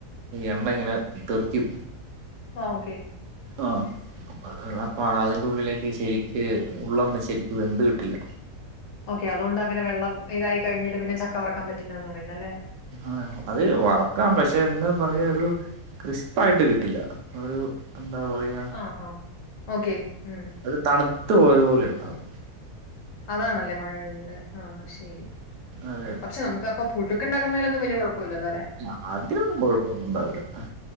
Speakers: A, on the right; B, on the left.
A: എണ്ണങ്ങനെ തെറിക്കും
B: ആഹ് ഓക്കേ
A: ആഹ് അപ്പൊ അതിന്റെ ഉള്ളിലേക്ക് ശരിക്ക് ഉള്ളൊന്നും ശരിക്ക് വെന്ത് കിട്ടില്ല
B: ഓക്കെ അതോണ്ടങ്ങനെ വെള്ളം ഇതായികയിഞ്ഞിട്ട് പിന്നെ ചക്ക വറുക്കാൻ പറ്റില്ലാന്ന് പറയുന്നത് ല്ലെ
A: ആഹ് അത് വറുക്കാം പക്ഷെ എന്താ പറയാ ഒരു ക്രിസ്പായിട്ട് കിട്ടില്ല ആഹ് ഒരു എന്താ പറയാ
B: ആഹ് ആഹ് ഓക്കെ ഉം
A: അത് തണുത്ത പോയത്പോലെണ്ടാവും
B: അതാണല്ലെ മഴ <unintelligible> ആഹ് ശരി
A: അതെ അതെ
B: പക്ഷേ നമുക്ക അപ്പ പുഴുക്കണ്ടകുന്നതിലൊന്നു വല്യ കൊഴപ്പല്ല്യല്ല ലെ
A: ആഹ് അതന്നും കൊഴപ്പണ്ടാവു ല്ല